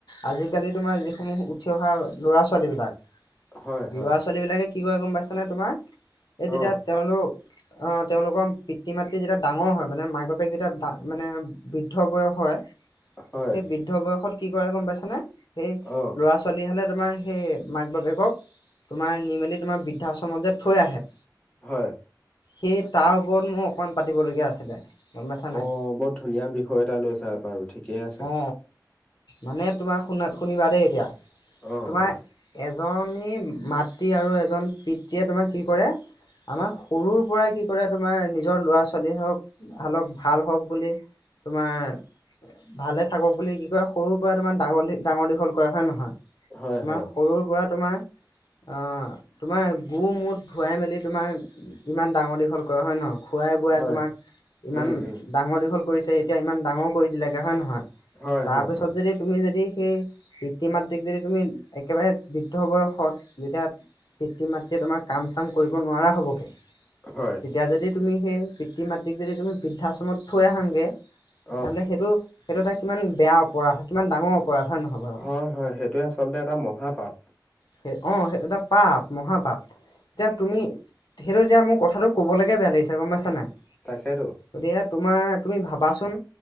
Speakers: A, on the left; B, on the left.
A: আজিকালি তোমাৰ যিসমূহ উঠি অহা ল'ৰা -ছোৱালী বিলাক।
B: হয়, হয়,
A: ল'ৰা -ছোৱালী বিলাকে কি কৰে গম পাইছানে তোমাৰ এই যেতিয়া
B: অ',
A: তেওঁলোক অ তেওঁলোকৰ পিতৃ -মাতৃ যেতিয়া ডাঙৰ হয় মানে মাক বাপেক যেতিয়া মানে বৃদ্ধ বয়স হয়
B: হয়
A: সেই বৃদ্ধ বয়সত কি কৰে গম পাইছানে সেই
B: অ',
A: ল'ৰা- ছোৱালী হ'লে তোমাৰ সেই মাক -বাপেকক তোমাৰ নিমেলি তোমাৰ বৃদ্ধাশ্ৰমত যে থৈ আহে
B: হয়।
A: সেই তাৰ ওপৰত মোৰ অকমান পাতিবলগীয়া আছিলে গম পাইছা নাই
B: অহ, বৰ ধুনীয়া বিষয় এটা লৈছা বাৰু ঠিকেই আছে।
A: অ মানে তোমাৰ শুনা- শুনিবা দেই এতিয়া
B: অ',
A: তোমাৰ
B: - অ',
A: এজনী মাতৃ আৰু এজন পিতৃয়ে তোমাক কি কৰে আমাৰ সৰুৰ পৰাই কি কৰে তোমাৰ নিজৰ ল'ৰা -ছোৱালীহতক ভালক ভাল হওঁক বুলি তোমাৰ ভালে থাকক বুলি কি কয় সৰুৰ পৰা তোমাৰ ডাঙৰ -ডাঙৰ- দীঘল কৰে হয় -নহয়
B: হয়,
A: তোমাৰ
B: হয়,
A: সৰুৰ পৰা তোমাৰ আহ, তোমাৰ গু -মূত, ধোৱাই মেলি তোমাৰ ইমান ডাঙৰ -দীঘল কৰা হয় নহ খুৱাই- বোৱাই
B: হয়,
A: তোমাক ইমান
B: উম, উম,
A: ডাঙৰ -দীঘল কৰিছে এতিয়া ইমান ডাঙৰ কৰি দিলেগে হয়- নহয়
B: হয়,
A: তাৰ
B: হয়,
A: পিছত
B: হয়,
A: যদি তুমি যদি সেই পিতৃ- মাতৃক যদি তুমি একেবাৰে বৃদ্ধ বয়সত যেতিয়া পিতৃ- মাতৃয়ে তোমাৰ কাম চাম কৰিব নোৱাৰা হ'বগে
B: হয়,
A: তেতিয়া যদি তুমি সেই পিতৃ- মাতৃক যদি তুমি বৃদ্ধাশ্ৰমত থৈ আহাগে তেন্তে
B: অ'।
A: সেইটো-সেইটো এটা কিমান বেয়া অপৰাধ কিমান ডাঙৰ অপৰাধ হয় নহয় বাৰু
B: হয় -হয় সেইটোয়ে আচলতে এটা মহাপাপ
A: সেই অহ সেইটো এটা পাপ - মহাপাপ। এতিয়া তুমি সেইটো এতিয়া মোৰ কথাটো কবলৈকে বেয়া লাগিছে গম পাইছা নাই
B: তাকেতো
A: গতিকে তোমাৰ তুমি ভাবাচোন